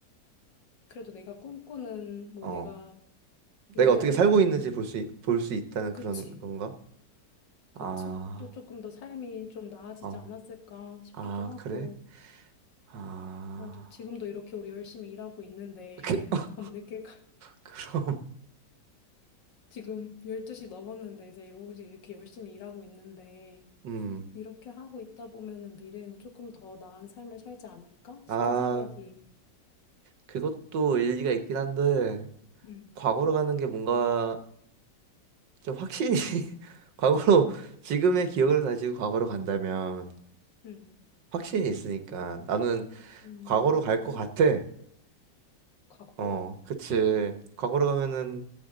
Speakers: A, on the left; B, on the right.
A: 그래도 내가 꿈꾸는, 뭐
B: 어.
A: 내가 미래에,
B: 내가 어떻게 살고 있는지 볼 수, 볼 수 있다는
A: 그치,
B: 그런 건가?
A: 그치?
B: 아,
A: 또 조금 더 삶이 좀 나아지지
B: 어.
A: 않았을까 싶기도
B: 아,
A: 하고.
B: 그래? 아.
A: 맞아. 지금도 이렇게 우리 열심히 일하고 있는데,
B: 그, <laughs>
A: <laughs> 밤늦게까지,
B: 그럼,
A: 지금 12시 넘었는데, 이제 오직 이렇게 열심히 일하고 있는데,
B: 음.
A: 이렇게 하고 있다 보면은 미래에는 조금 더 나은 삶을 살지 않을까 싶은
B: 아,
A: 생각이,
B: 그것도 일리가 있긴 한데,
A: 음,
B: 과거로 가는 게 뭔가 좀 확신이, <laughs> 과거로, 지금의 기억을 가지고 과거로 간다면,
A: 음,
B: 확신이 있으니까. 나는
A: 음,
B: 과거로 갈 것 같아.
A: 과거로?
B: 어, 그치. 과거로 가면은